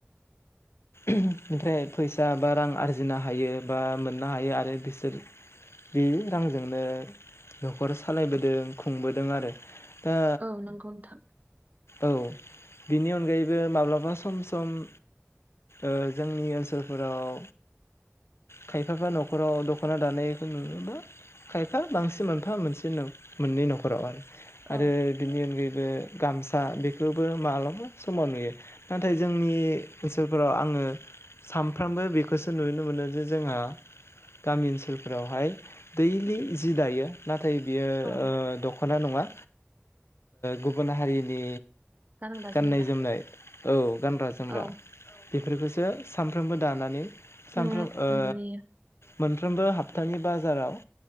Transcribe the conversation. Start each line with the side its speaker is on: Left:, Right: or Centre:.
Left: ओमफ्राय फैसा बा रां आरजिनो हायो बा मोननो हायो आरो बिसोर बे रांजोंनो न'खर सालायबोदों खुंबोदों आरो दा
Right: औ नोंगौ नोंथां
Left: औ बिनि अनगायैबो माब्लाबा सम सम ओ जोंनि ओनसोलफोराव खायफाफ्रा न'खराव दख'ना दानायखौ नुयो ना खायफा बांसिन मोनफा मोनसे मोननै न'खराव आरो आरो
Right: औ
Left: बिनि अनगायैबो गामसा बेखौबो मालाबा समाव नुयो। नाथाय जोंनि ओनसोलफोराव आङो सानफ्रोमबो बेखौसो नुनो मोनो जे जोंहा गामि ओनसोलफोरावहाय दैलि जि दायो। नाथाय बियो
Right: औ
Left: ओ दख'ना नङा गुबुन हारिनि
Right: गानग्रा
Left: गाननाय
Right: जोमग्रा
Left: जोमनाय औ गानग्रा जोमग्रा।
Right: औ
Left: बेफोरखौसो सानफ्रोमबो दानानै
Right: नुनो
Left: सामफ्रोम ओ
Right: नुयो
Left: मोनफ्रोमबो हाबथानि बाजाराव